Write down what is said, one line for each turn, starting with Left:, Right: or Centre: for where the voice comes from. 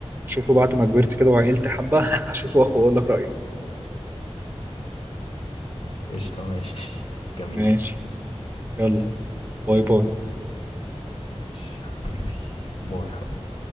Right: شوفه بعد ما كبرت كده وعقلت حبه <laughs> هشوفه واخد اقول لك رايي
Left: قشطه ماشي جميل
Right: ماشي يلا باي باي
Left: ماشي حبيبي باي حبيبي